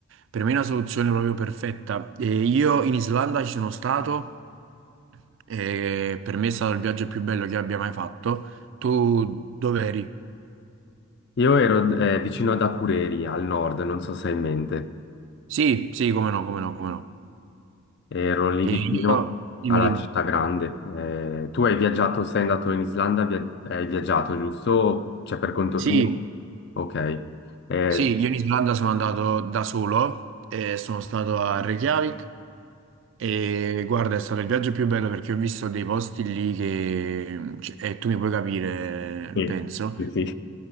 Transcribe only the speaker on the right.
per me è una soluzione proprio perfetta. E io in Islanda ci sono stato e per me è stato il viaggio più bello che abbia mai fatto. Tu dove eri?
Sì, sì, come no, come no, come no.
E
io, dimmi,
dimmi.
Sì,
sì, io in Islanda sono andato da solo e sono stato a Reykjavik. E guarda, è stato il viaggio più bello perché ho visto dei posti lì che, cioè, e tu mi puoi capire,
penso,